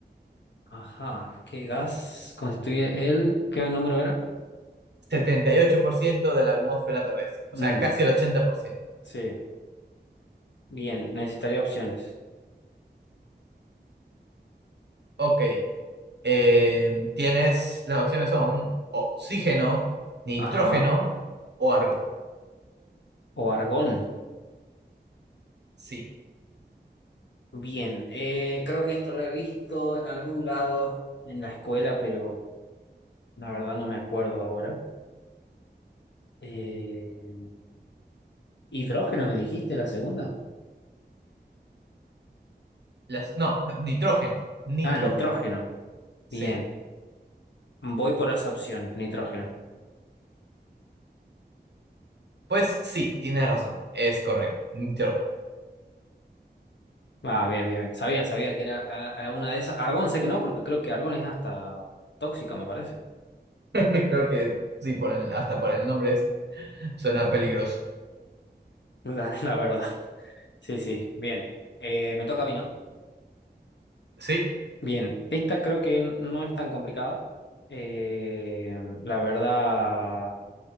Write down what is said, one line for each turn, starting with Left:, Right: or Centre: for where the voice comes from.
Left: Ajá, ¿qué gas constituye el... ¿Qué número era?
Right: 78% de la atmósfera terrestre, o
Left: Mm,
Right: sea, casi el 80%.
Left: sí, bien, necesitaría opciones.
Right: Ok, eh, tienes, las opciones son oxígeno, nitrógeno
Left: Ajá.
Right: o argón.
Left: O argón.
Right: Sí,
Left: Bien, eh, creo que esto lo he visto en algún lado en la escuela, pero la verdad no me acuerdo ahora. Eh, ¿hidrógeno me dijiste la segunda?
Right: las, no, <laughs> nitrógeno, nitrógeno,
Left: Ah, nitrógeno.
Right: sí.
Left: Bien, voy por esa opción, nitrógeno.
Right: Pues sí, tienes razón, es correcto, nitrógeno.
Left: Ah, bien, bien, bien. Sabía, sabía que era ah, ah, una de esas. Argón sé que no, porque creo que Argón es hasta tóxico, me parece.
Right: <laughs> Creo que sí, por el- hasta por el nombre es- suena peligroso.
Left: <laughs> La, la verdad. Sí, sí, bien. Eh, me toca a mí, ¿no?
Right: Sí,
Left: Bien, esta creo que no es tan complicada. Eh, la verdad,